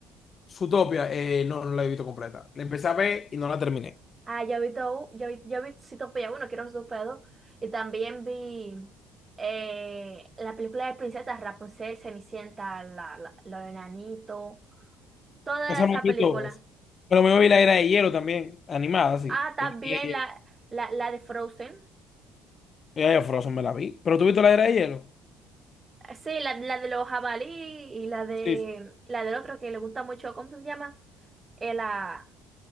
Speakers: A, on the left; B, on the right.
A: Zootopia, eh, no, no la he visto completa. La empecé a ver y no la terminé.
B: Ah, yo he visto, yo he, visto, yo he visto Zootopia 1, quiero Zootopia 2. Y también vi eh, la película de princesas, Rapunzel, Cenicienta, la, la, los enanitos. Toda
A: Esa
B: esa
A: me vi
B: película.
A: todas. Pero me vi la era de hielo también, animada, sí.
B: Ah, también
A: Era de hielo.
B: la, la, la de Frozen.
A: Ya, ya, Frozen me la vi. ¿Pero tú viste la era de hielo?
B: Sí, la, la de los jabalí y la de
A: Sí,
B: la del otro que le gusta mucho, ¿cómo se llama? Eh, la,